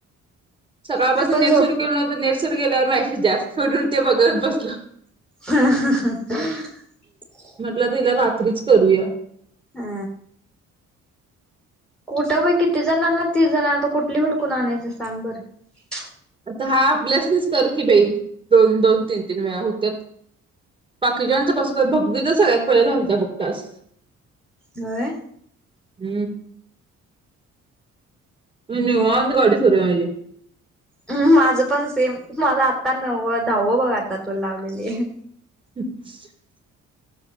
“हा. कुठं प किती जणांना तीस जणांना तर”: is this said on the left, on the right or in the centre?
Centre